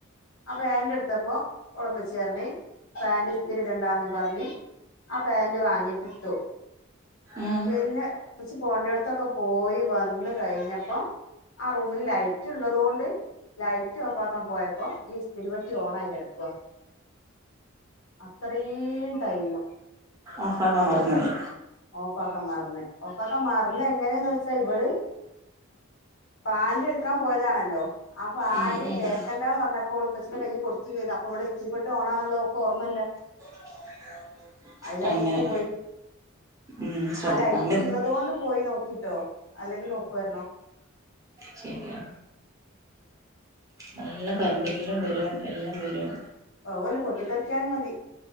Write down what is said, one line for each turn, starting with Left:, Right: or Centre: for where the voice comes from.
Left: ആഹ് പാന്റ് എടുത്തപ്പോ ഓളെ ഇപ്പച്ചിർഞ്ഞ് പാൻ്റ് ഇസ്തിരി ഇടണ്ടാന്ന് പർഞ്ഞ് ആഹ് പാന്റ് വാങ്ങിട്ടിട്ടു
Right: ഉം
Left: പിന്നെ ഇപ്പച്ചി പോവണ്ടിടുത്തൊക്കെ പോയി വന്ന് കഴിഞ്ഞപ്പം ആഹ് റൂ ലൈറ്റ് ഉള്ളതുകൊണ്ട് ലൈറ്റ് ഓഫ് ആക്കാൻ പോയപ്പോ ഈ ഇസ്തിരിപെട്ടി ഓൺ ആയി കെട ക്കുവാ അത്രേം ടൈമ്
Right: ഓഫാക്കാൻ മറന്നു പോയി
Left: ഓഫാക്കാൻ മർന്ന് ഓഫാക്ക മർന്ന് എങ്ങനെയന്ന് വെച്ചാ ഇവള് പാന്റ് എടുക്കാൻ പോയതാണല്ലോ. ആഹ് പാന്റ്
Right: ഉം
Left: തേക്കണ്ടാന്ന്
Right: ഉം
Left: പറഞ്ഞപ്പോ ഓള് ഇപ്പച്ചിന്റെ കയ്യി കൊടുത്തു ചെയ്ത് അപ്പം ഇവടെ ഇസ്തിരിപ്പെട്ടി ഓണാണ്ള്ളേ ഓക്ക് ഓർമ്മല്ല.
Right: <unintelligible>
Left: അയിലഹ്
Right: അങ്ങനെ
Left: വിട്ടു പോയി
Right: ഉം ശ്രദ്ധിക്കാണ്ടിരുന്നു
Left: ആഹ് ലൈറ്റ് ഉള്ളതുകൊണ്ട് പോയി നോക്കിട്ടോ അല്ലെങ്കിൽ നോക്കു വാരുന്നോ.
Right: ശരിയാ നല്ല കറണ്ട് ബില്ലും വരും എല്ലാം വരും.
Left: അതുവല്ല പൊട്ടി തെറിക്കാനും മതി.